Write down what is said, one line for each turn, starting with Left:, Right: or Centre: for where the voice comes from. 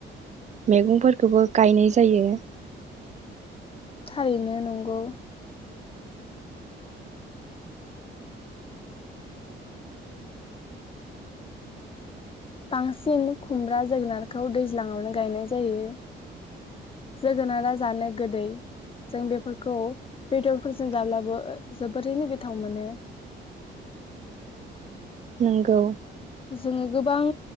Right: मैगंफोरखौबो गायनाय जायो,
Left: थारैनो नंगौ बांसिन खुमब्रा जोगोनारखौ दैज्लाङावनो गायनाय जायो जो जोगोनारा जानो गोदै जों बे फोरखौ बेदरफोरजों जाब्लाबो जोबोरैनो गोथाव मोनो,
Right: नोंगौ
Left: जोङो गोबां